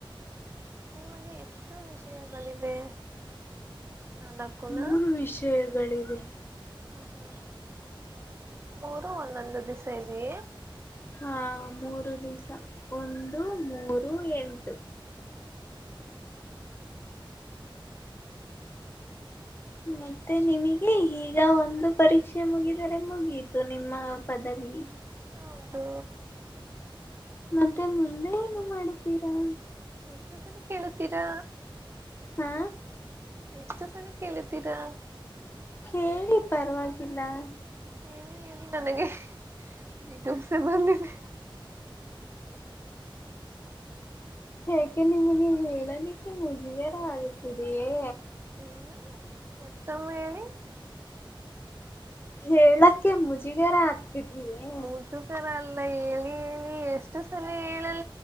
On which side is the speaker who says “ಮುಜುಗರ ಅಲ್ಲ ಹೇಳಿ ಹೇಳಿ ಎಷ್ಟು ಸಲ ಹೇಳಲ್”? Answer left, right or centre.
Right